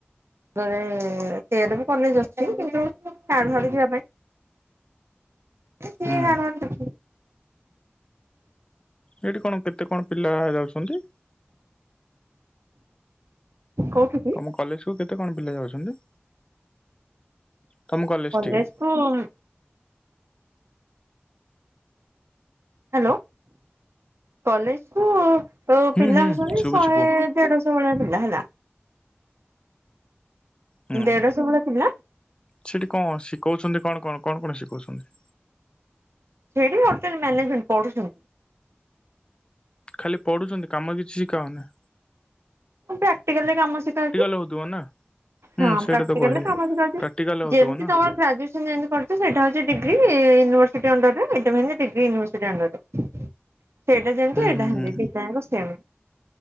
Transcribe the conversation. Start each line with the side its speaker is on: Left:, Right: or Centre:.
Right: ଦରେ ତେରରେ ବି କଲେଜ ଅଛି କିନ୍ତୁ ସାଡୁ ସାଡୁ ଯିବା ପାଇଁ ଏ କିଏ
Left: ହୁଁ
Right: ହାଡୁ ହାଡୁ ଯିବ
Left: ଏଇଠି କଣ କେତେ କଣ ପିଲା ଯାଉଛନ୍ତି?
Right: କୋଉଠି?
Left: ମୋ କଲେଜ କୁ କେତେ କଣ ପିଲା ଯାଉଛନ୍ତି? ତମ କଲେଜ
Right: କଲେଜକୁୁ
Left: ଠିକି?
Right: ଉଁ ହାଲୋ କଲେଜକୁ
Left: ହୁଁ
Right: ପିଲା
Left: ହୁଁ
Right: ହଉଛନ୍ତି
Left: ଶୁଭୁଛି
Right: ଶହେ
Left: କୁହ
Right: ଦେଢ ଭଳି ହେଲା
Left: ହୁଁ।
Right: ଦେଢଶହ ଭଳି ଥିଲା।
Left: ସେଠି କଣ ଶିଖଉଛନ୍ତି କଣ କଣ କଣ କଣ ଶିଖଉଛନ୍ତି?
Right: ସେଠି ହୋଟେଲ ମ୍ୟାନେଜମେଣ୍ଟ ପଢୁଛନ୍ତି।
Left: ଖାଲି ପଢୁଛନ୍ତି କାମ କିଛି ଶିଖା ହାଉନି।
Right: ପ୍ରାକ୍ଟିକାଲରେ କାମ ଶିଖାଉଛି।
Left: ରହୁଥିବ ନା। ହୁଁ
Right: ହଁ
Left: ସେଇଟା
Right: ପ୍ରାକ୍ଟିକାଲରେ
Left: ତ କହିଲି।
Right: ସମଜରେ
Left: ପ୍ରାକ୍ଟିକାଲ ହଉଥିବ
Right: ଯେମିତି
Left: ନା
Right: ତମ ଗ୍ରଜୁଏସନ ଯେମିତି କରୁ ସେଇଟା ହଉଛି degree university under degree university ଅଣ୍ଡରେ। ସେଇଟା ଯେମିତି
Left: ହୁଁ
Right: ସେଇଟାତି
Left: ହୁଁ ହୁଁ
Right: ପିତାଙ୍କ ସେମ।